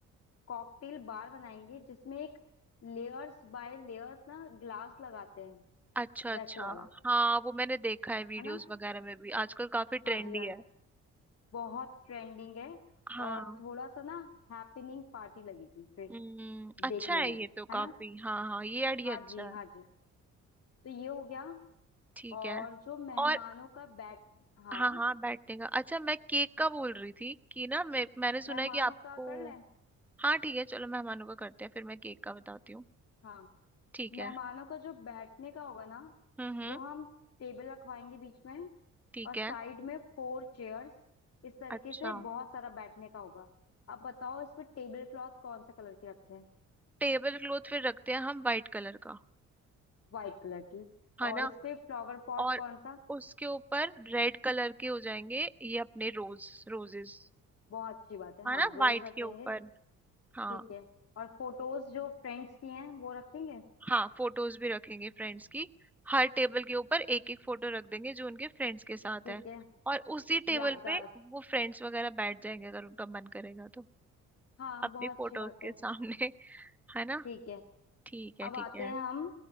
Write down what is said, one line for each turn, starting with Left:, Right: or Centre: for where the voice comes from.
Left: कॉकटेल बार बनाएंगे जिसमें एक लेयर्स बाय लेयर्स ना ग्लास लगाते हैं
Centre: अच्छा अच्छा
Left: वैसे वाला
Centre: हाँ वो मैंने देखा है वीडियोस
Left: है ना
Centre: वगैरह में भी आजकल काफी ट्रेंडी
Left: हाँ जी हाँ
Centre: है
Left: जी बहुत ट्रेंडिंग है
Centre: हाँ
Left: और थोड़ा सा ना हैपनिंग पार्टी लगेगी फिर
Centre: हम्म अच्छा
Left: देखने
Centre: है
Left: में
Centre: ये तो
Left: है
Centre: काफी
Left: ना
Centre: हाँ हाँ ये आइडिया
Left: हाँ
Centre: अच्छा
Left: जी
Centre: है
Left: हाँ जी तो ये हो गया
Centre: ठीक
Left: और
Centre: है
Left: जो मेहमानों
Centre: और
Left: का बैठ हाँ
Centre: हाँ हाँ बैठने का अच्छा मैं केक का बोल रही थी कि ना मैं मैंने सुना
Left: मेहमानों
Centre: है कि आपको
Left: का कर ले
Centre: हाँ ठीक है चलो मेहमानों का करते हैं फिर मैं केक का बताती हूँ
Left: हाँ
Centre: ठीक
Left: मेहमानों
Centre: है
Left: का जो बैठने का होगा ना
Centre: हम्म हम्म
Left: वो हम टेबल रखवाएंगे बीच में
Centre: ठीक
Left: और साइड
Centre: है
Left: में फोर चेयर्स इस तरीके
Centre: अच्छा
Left: से बहुत सारा बैठने का होगा अब बताओ इस पे टेबल क्लॉथ कौन से कलर की रखें
Centre: टेबल क्लॉथ फिर रखते हैं हम वाइट कलर का
Left: वाइट कलर की
Centre: है
Left: और
Centre: ना
Left: इस पे फ्लावर पॉट
Centre: और
Left: कौन सा
Centre: उसके ऊपर रेड कलर के हो जाएंगे ये अपने रोज रोजेस
Left: बहुत अच्छी बात है हाँ
Centre: है ना
Left: रोज
Centre: वाइट
Left: रख
Centre: के
Left: देंगे
Centre: ऊपर
Left: ठीक
Centre: हाँ
Left: है और फोटोज जो फ्रेंड्स की हैं वो रखेंगे
Centre: हाँ फोटोज भी रखेंगे फ्रेंड्स की हर टेबल के ऊपर एक एक फोटो रख देंगे जो उनके फ्रेंड्स के साथ
Left: ठीक
Centre: है
Left: है
Centre: और उसी टेबल
Left: यादगार
Centre: पे वो फ्रेंड्स वगैरह बैठ जाएंगे अगर उनका मन करेगा तो
Left: हाँ
Centre: अपनी
Left: बहुत
Centre: फोटोज
Left: अच्छी बात
Centre: के
Left: है
Centre: सामने <laughs> है ना
Left: ठीक है
Centre: ठीक है
Left: अब
Centre: ठीक
Left: आते
Centre: है
Left: हैं हम